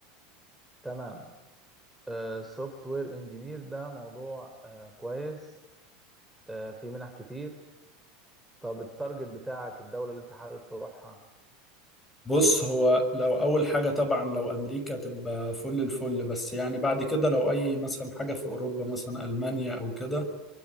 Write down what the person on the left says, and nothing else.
بص هو لو اول حاجه طبعا لو امريكا تبقى فل الفل بس يعني بعد كده لو اي مثلا حاجه في اوروبا مثلا المانيا او كده